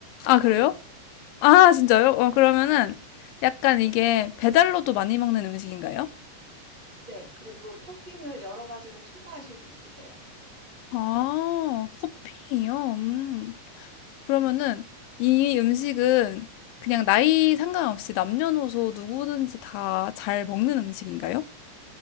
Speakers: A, on the left; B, on the right.
A: 아, 그래요?
B: 맞추셨어요.
A: 아, 진짜요? 어, 그러면은 약간 이게 배달로도 많이 먹는 음식인가요?
B: 네, 그리고 토핑을 여러 가지로 추가하실 수 있으세요.
A: 아, 토핑이요? 음. 그러면은 이 음식은 그냥 나이 상관없이 남녀노소 누구든지 다 잘 먹는 음식인가요?